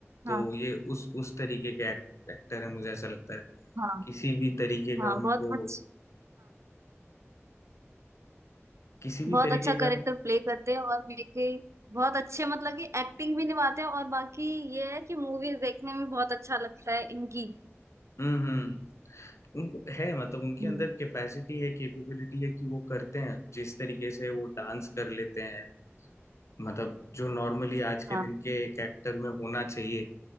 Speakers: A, on the left (about 75°); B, on the right (about 75°).
A: तो
B: हाँ
A: ये उस उस तरीके के एक्टर है मुझे ऐसा लगता है
B: हाँ
A: किसी भी तरीके
B: हाँ
A: का उनको
B: बहुत अच्छा
A: किसी भी
B: बहुत
A: तरीके
B: अच्छा
A: का
B: कैरेक्टर प्ले करते हैं और मेरे बहुत अच्छे मतलब कि एक्टिंग भी निभाते हैं और बाकी ये है कि मूवीज देखने में बहुत अच्छा लगता है इनकी
A: हम्म हम्म उनको है मतलब उनके
B: हम्म
A: अंदर कैपेसिटी है कैपेबिलिटी है कि वो करते हैं जिस तरीके से वो डांस कर लेते हैं मतलब जो नॉर्मली आज के
B: हाँ
A: दिन के एक एक्टर में होना चाहिए